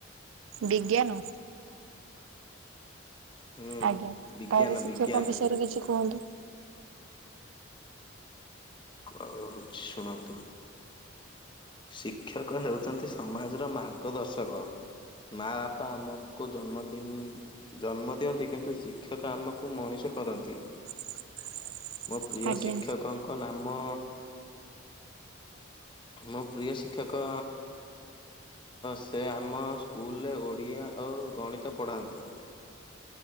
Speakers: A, on the right (about 80°); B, on the left (about 25°).
A: ବିଜ୍ଞାନ
B: ହୁଁ
A: ଆଜ୍ଞା
B: ବିଜ୍ଞାନ
A: ତାହେଲେ ଶିକ୍ଷକଙ୍କ
B: ବିଜ୍ଞାନ
A: ବିଷୟରେ କିଛି କୁହନ୍ତୁ।
B: କଉଛି ଶୁଣନ୍ତୁ ଶିକ୍ଷକ ହେଉଛନ୍ତି ସମାଜର ମାର୍ଗ ଦର୍ଶକ। ମା ବାପା ଆମକୁ ଜନ୍ମଦିନ୍ ଜନ୍ମ ଦିଅନ୍ତି କିନ୍ତୁ ଶିକ୍ଷକ ଆମକୁ ମଣିଷ କରନ୍ତି।
A: <unintelligible>
B: ମୋ ପ୍ରିୟ
A: ଆଜ୍ଞା
B: ଶିକ୍ଷକଙ୍କ ନାମ ମୋ ପ୍ରିୟ ଶିକ୍ଷକ ସେ ଆମ ସ୍କୁଲରେ ଓଡ଼ିଆ ଓ ଗଣିତ ପଢ଼ାନ୍ତି।